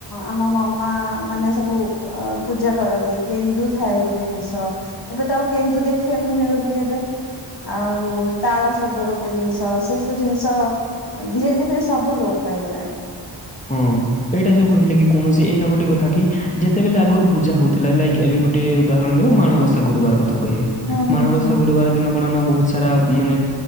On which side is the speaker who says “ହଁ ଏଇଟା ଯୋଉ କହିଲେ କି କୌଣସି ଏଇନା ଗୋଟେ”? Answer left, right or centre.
Left